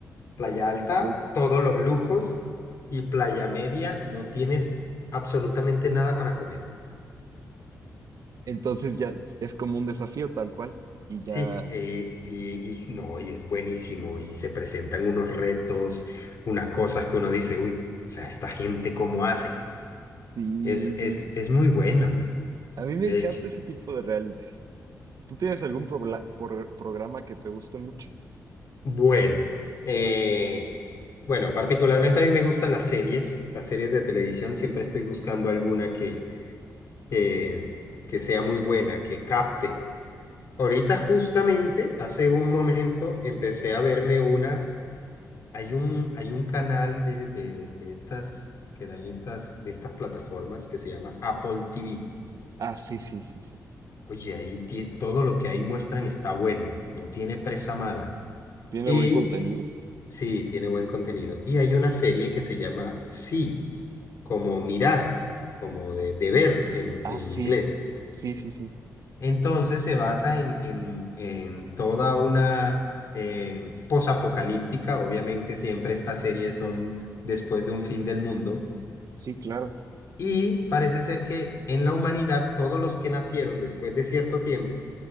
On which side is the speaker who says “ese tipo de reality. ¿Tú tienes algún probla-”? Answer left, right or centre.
Right